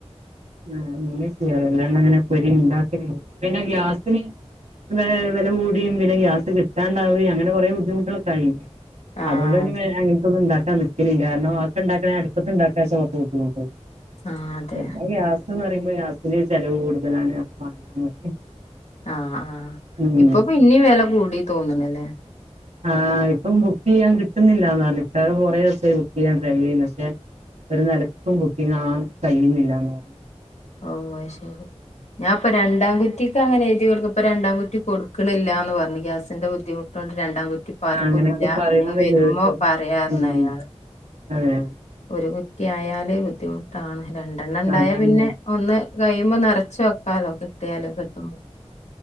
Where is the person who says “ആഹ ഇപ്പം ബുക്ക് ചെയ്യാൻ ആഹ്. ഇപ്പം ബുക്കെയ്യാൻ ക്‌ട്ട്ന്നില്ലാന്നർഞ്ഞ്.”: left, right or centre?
Right